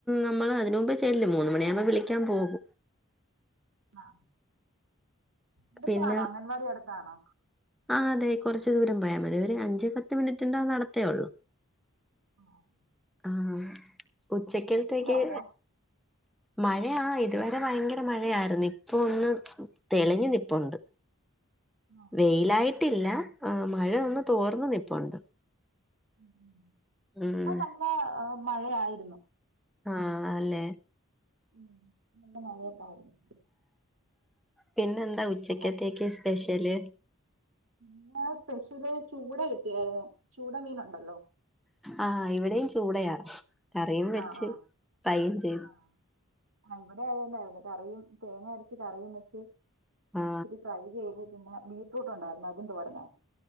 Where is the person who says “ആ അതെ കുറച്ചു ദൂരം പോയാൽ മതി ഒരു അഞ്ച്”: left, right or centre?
Centre